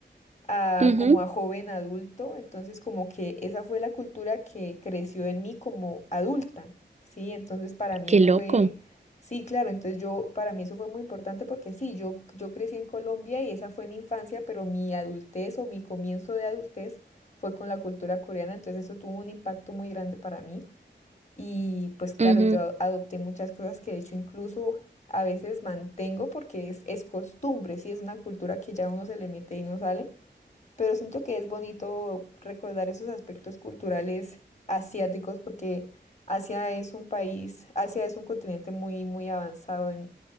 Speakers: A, on the left; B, on the right.
A: a,
B: Ujú,
A: como
B: ujú.
A: a joven adulto, entonces como que esa fue la cultura que creció en mí como adulta, ¿sí? Entonces para mí
B: Qué
A: eso
B: loco.
A: fue, sí, claro, entonces yo, para mí eso fue muy importante porque sí, yo, yo crecí en Colombia y esa fue mi infancia, pero mi adultez o mi comienzo de adultez fue con la cultura coreana, entonces eso tuvo un impacto muy grande para mí y pues claro,
B: Ujú.
A: yo a- adopté muchas cosas que de hecho incluso... A veces mantengo porque es, es costumbre, sí, es una cultura que ya uno se le mete y no sale pero siento que es bonito recordar esos aspectos culturales asiáticos porque Asia es un país, Asia es un continente muy, muy avanzado en,